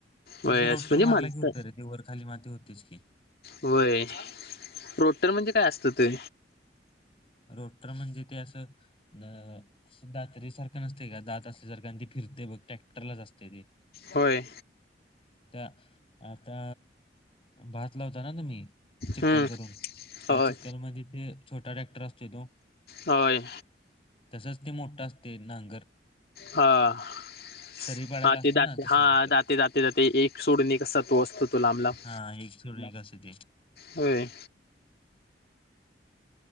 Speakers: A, on the left (about 30°); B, on the left (about 55°).
A: त्याच
B: वय
A: रोटर
B: असं म्हणजे म्हणत
A: मारला की होतं रे ते वर खाली माती होतेच की
B: वय रोटर म्हणजे काय असतं ते?
A: रोटरी म्हणजे ते असं अ दातरी सारखं नसते काय, दात असल्यासारखं आणि ते फिरतंय बग ट्रॅक्टरलाच असतंय ते.
B: होय
A: त्या आता भात लावत करा ना मी चिक्कल
B: हम्म
A: करून त्या
B: होय
A: चिककल मध्ये ते छोटा ट्रॅक्टर असतोय तो
B: होय
A: तसंच ते मोठा असतय नांगर
B: हा हा
A: सरी पाडायला असते
B: ते दाते
A: ना तसं
B: हा
A: मोठं
B: जाते जाते जाते एक सोडण एक अस तो असतो तो लांबलांब
A: हा एक सोडून एक असतय ते
B: होय